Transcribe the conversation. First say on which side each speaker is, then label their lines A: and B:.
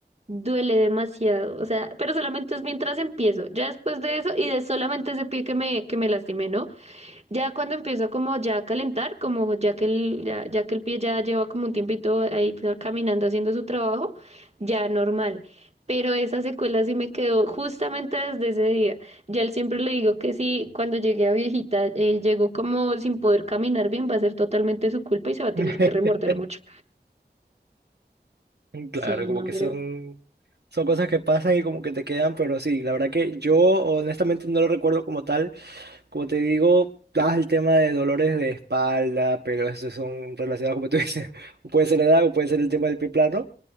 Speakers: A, on the right (about 35°); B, on the right (about 65°).
A: duele demasiado. O sea, pero solamente es mientras empiezo. Ya después de eso y de solamente ese pie que me, que me lastimé, ¿no? Ya cuando empieza como ya a calentar, como ya que el, ya, ya que el pie ya lleva como un tiempito ahí ca- caminando haciendo su trabajo, ya normal. Pero esa secuela sí me quedó justamente desde ese día. Ya él siempre le digo que sí, cuando llegué a viejita, eh, llegó como sin poder caminar bien, va a ser totalmente su culpa y se va a tener
B: <laughs>
A: que remorder mucho.
B: Claro,
A: Sí,
B: como
A: no,
B: que
A: pero...
B: son, son cosas que pasan y como que te quedan, pero sí, la verdad que yo honestamente no lo recuerdo como tal. Como te digo, das el tema de dolores de espalda, pero esos son relacionados, como tú dices, <laughs> o puede ser la edad o puede ser el tema del pie plano.